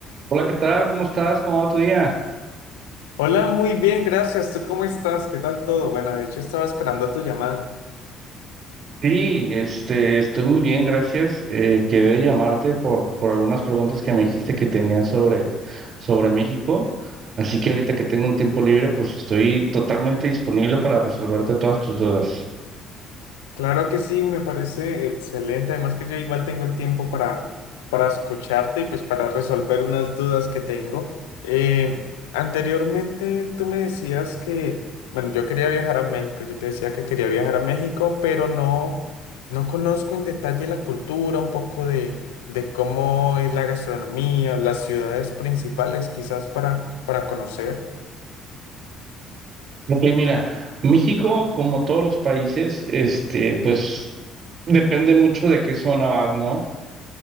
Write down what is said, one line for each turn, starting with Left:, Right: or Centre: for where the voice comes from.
Right: Hola, ¿qué tal? ¿Cómo estás? ¿Cómo va tu día?
Left: Hola, muy bien, gracias. ¿Tú cómo estás? ¿Qué tal todo? Bueno, de hecho estaba esperando tu llamada.
Right: Sí, este, estoy muy bien, gracias. Eh, quedé llamarte por, por algunas preguntas que me dijiste que tenías sobre, sobre México. Así que ahorita que tengo un tiempo libre, pues estoy totalmente disponible para resolverte todas tus dudas.
Left: Claro que sí, me parece excelente. Además que yo igual tengo el tiempo para, para escucharte y pues para resolver unas dudas que tengo. Eh, anteriormente tú me decías que, bueno, yo quería viajar a México. Yo te decía que quería viajar a México, pero no, no conozco en detalle la cultura, un poco de, de cómo es la gastronomía, las ciudades principales quizás para, para conocer.
Right: Ok, mira, México, como todos los países, este, pues depende mucho de qué zona vas, ¿no?